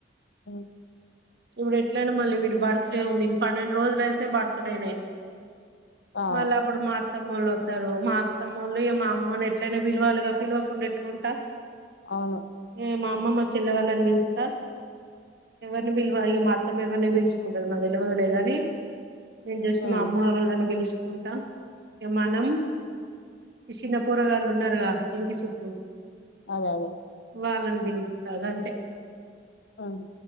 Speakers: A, on the left; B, on the right.
A: ఆ
B: ఇవ్డు ఎట్లయినా మళ్ళీ ఇవ్డు బర్త్డే ఉంది పన్నెండు రోజులయితే బర్త్డేనే
A: ఆ
B: మళ్ళీ అప్పుడు మా అత్తమ్మ వాళ్ళు వతారు మా అత్తమ్ముళ్ళు ఇ మా అమ్మను ఎట్లయినా పిలువాలిగ పిలవకుండ ఎట్లుంటా
A: అవును
B: ఏ మా అమ్మమ్మ చెల్లె వాళ్ళనిపిలుత్త ఎవరు పిల్వ ఇక మా అత్తమ్మ ఎవరిని పిలుచుకుంటది మా తెల్వదు లె గాని నేను జస్ట్
A: ఉమ్
B: మా అమ్మ వాళ్ళని పిలుచు ఉంటా ఇగ మనం చిన్న పోరగాళ్లున్నారుగా ఇంటి సుట్టూ
A: అదె అదె
B: వాళ్ళని పిలుస్తాది అంతె
A: ఆ